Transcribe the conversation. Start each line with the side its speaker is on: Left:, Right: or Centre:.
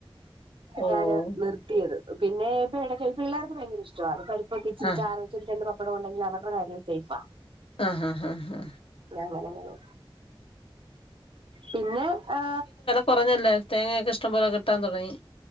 Left: ഓഹ്
Right: ഞാന് നിർത്തിയത്. പിന്നെ ഇപ്പ ഇടക്ക് ഇപ്പ പിള്ളേർക്ക് ഭയങ്കര ഇഷ്ടവാ. അപ്പ പരിപ്പൊക്കെ ഇച്ചിരി
Left: ആഹ്
Right: ചാറ് രണ്ട് പപ്പടം ഉണ്ടെങ്കി അവര്ടെ കാര്യം സെയ്ഫാ.
Left: ആഹ ഹാ ഹാ ഹാ
Right: അങ്ങനങ്ങനെ പിന്നെ ആ
Left: കൊറഞ്ഞല്ലെ. തേങ്ങെക്കെ ഇഷ്ടം പോലെ കിട്ടാൻ തുടങ്ങി.